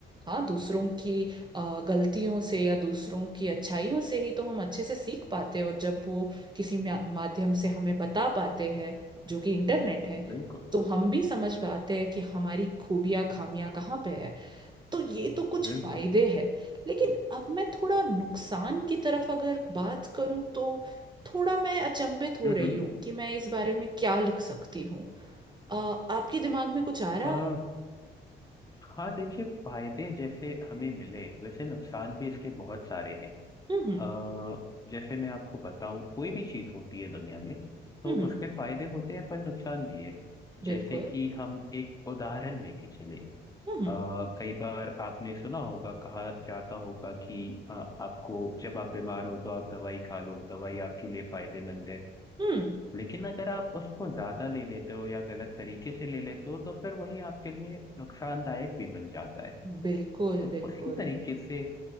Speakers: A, on the right (about 20°); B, on the left (about 20°).
A: हाँ दूसरों की अ, गलतियों से या दूसरों की अच्छाइयों से ही तो हम अच्छे से सीख पाते हैं और जब वो किसी म्या- माध्यम से हमें बता पाते हैं जो कि इंटरनेट है
B: बिल्कुल
A: तो हम भी समझ पाते हैं कि हमारी खूबियां खामियां कहाँ पे है तो ये तो कुछ
B: बिल्कुल
A: फायदे हैं लेकिन अब मैं थोड़ा नुकसान की तरफ अगर बात करूं तो थोड़ा मैं अचंभित हो
B: हम्म
A: रही हूँ कि मैं इस बारे में क्या लिख सकती हूँ अ, आपके दिमाग में कुछ आ रहा
B: अ,
A: है
B: हाँ देखिए फायदे जैसे हमें मिले वैसे नुकसान भी इसके बहुत सारे हैं
A: हम्म हम्म
B: अ, जैसे मैं आपको बताऊं कोई भी चीज होती है दुनिया में तो
A: हम्म
B: उसके फायदे होते हैं पर नुकसान भी है जैसे
A: बिल्कुल
B: कि हम एक उदाहरण लेके चले
A: हम्म
B: आ, कई बार आपने सुना होगा कहा जाता होगा कि अ, आपको जब आप बीमार हो तो आप दवाई खा लो दवाई आपके लिए फायदेमंद है
A: हम्म
B: लेकिन अगर आप उसको ज्यादा ले लेते हो या गलत तरीके से ले लेते हो तो फिर वही आपके लिए नुकसानदायक भी बन जाता है
A: बिल्कुल
B: तो
A: बिल्कुल
B: उसी तरीके से